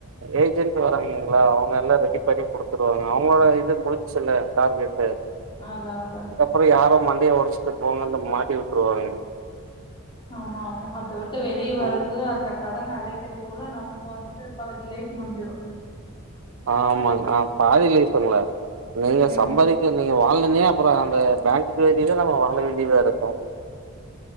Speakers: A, on the right (about 65°); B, on the left (about 20°).
A: ஏஜென்ட் வராங்களா அவங்க எல்லா ரெடி பண்ணி குடுத்துருவாங்க அவங்களோட இது முடிச் சில்ல டார்கெட்டு
B: அதா அதா
A: அப்பற யாரு மண்டய ஒடச்சுட்டு போங்கன்னு மாட்டி விட்ருவாங்க
B: ஆமா ஆமா அத விட்டு வெளிய வரக்கு
A: ம்
B: அந்த கடன அடக்கிறக் குள்ள நமக்கு வந்துட்டு பகுதி லைஃப் முடிஞ்சிரு
A: ஆமாங்க ஆ பாதி லைப்தானுகள நீங்க
B: ம்
A: சம்பாதிக்க நீங்க வாழனுனே அப்பற அந்த பேங்குக்கு வேண்டியதே நம்ம வாழ வேண்டியதா இருக்கு